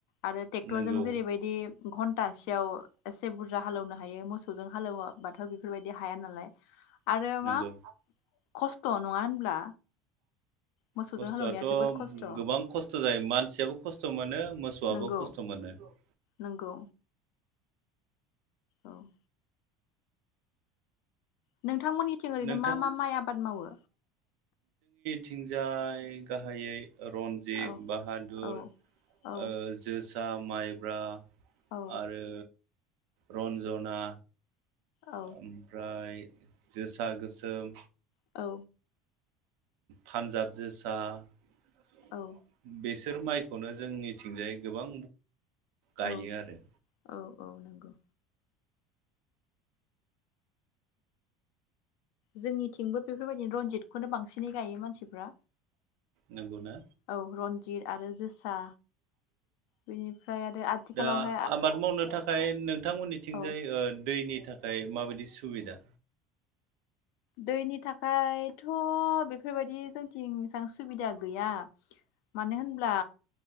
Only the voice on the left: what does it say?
आरो टेक्टरजों
जेरैबादि घन्टासेयाव बुरजा हालौनो हायो मोसौजों हालौवाबाथ बेफोरबायदि हाया नालाय आरो आरो
मा खस्थ नङा होनब्ला? मोसौजों
हालेवनाया जोबोद खस्थ'
नंगौ
नंगौ औ। नों नोंथांमोननिथिं ओरैनो
मा मा माइ आबाद मावो?
औ
औ औ
औ
औ
औ।
औ
औ
औ औ नंगौ। जोंनिथिंबो बेफोरबायदिनो रनजितखौनो बांसिन बांसिनै गायो मानसिफ्रा
औ रन्जि गिदिर आरो जोसा बेनिफ्राय आरो आथिखालावहाय
औ
दैनि था थाखायथ बेफोरबायदि जोंनिथिं एसेबां सुबिदा गैया मानो होनब्ला